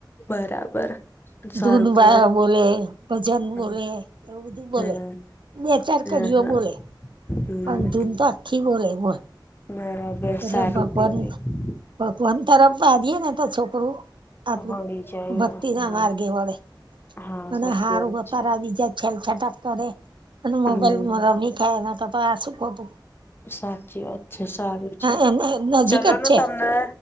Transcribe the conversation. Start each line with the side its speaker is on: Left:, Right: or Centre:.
Left: બરાબર સારું
Right: ધૂન
Left: કેવાય
Right: બા બોલે,
Left: તો તો
Right: ભજન
Left: હા
Right: બોલે ધૂન બોલે,
Left: હમ
Right: બેચાર કડીઓ
Left: હા હા
Right: બોલે
Left: હમ
Right: પણ ધૂન તો આખી બોલે, બોલ!
Left: બરાબર
Right: એટલે
Left: સારું
Right: ભગવાન,
Left: કેવાય
Right: ભગવાન તરફ આવીએને તો છોક કરુ, આપણું
Left: વળી જાય
Right: ભક્તિ ના
Left: હા
Right: માર્ગે વડે
Left: હા
Right: અને
Left: સાચી
Right: હારું
Left: વાત
Right: બપા
Left: છે
Right: ર બીજા છેલ છાટાક કરે અને મોબાઈલમાં
Left: હમ
Right: રમી ખાય એતો આ શું ખોટુ
Left: સાચી વાત છે, સારું છે,
Right: એને નજીક
Left: ચલો
Right: જ
Left: ન
Right: છે
Left: તમને